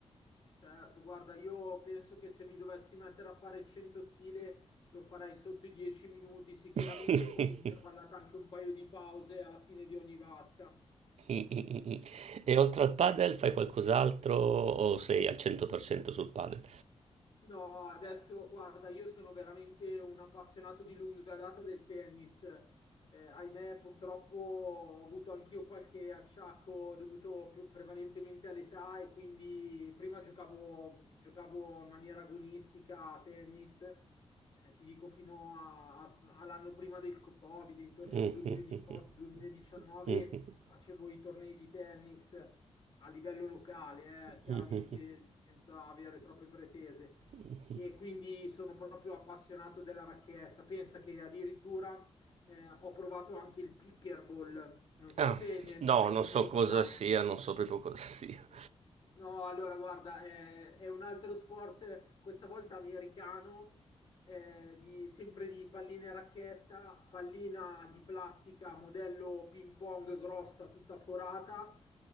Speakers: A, on the left; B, on the right.
A: Certo, guarda, io penso che se mi dovessi mettere a fare 100 stile lo farei sotto i 10 minuti, sicuramente
B: <laughs>
A: con intervallata anche un paio di pause alla fine di ogni vasca.
B: E oltre al padel fai qualcos'altro o sei al 100% sul padel?
A: No, adesso guarda, io sono veramente un appassionato di lunga data del tennis. Eh, ahimè, purtroppo ho avuto anch'io qualche acciacco dovuto più prevalentemente all'età e quindi prima giocavo, giocavo in maniera agonistica a tennis, eh, ti dico fino a- a- all'anno prima del Covid, intorno
B: <laughs>
A: al 2018-2019
B: Mhm.
A: facevo i tornei di tennis a livello locale, eh, chiaramente
B: Mhm.
A: senza avere troppe pretese
B: Mhm.
A: e quindi sono proprio appassionato della racchetta. Pensa che addirittura eh, ho provato anche il pickleball, non so
B: Ah,
A: se ne
B: no,
A: hai
B: non
A: sentito
B: so cosa
A: parlare.
B: sia, non so proprio cosa sia.
A: No, allora guarda, eh, è un altro sport, eh, questa volta americano, eh, di- sempre di palline e racchetta, pallina di plastica, modello ping pong grossa, tutta forata,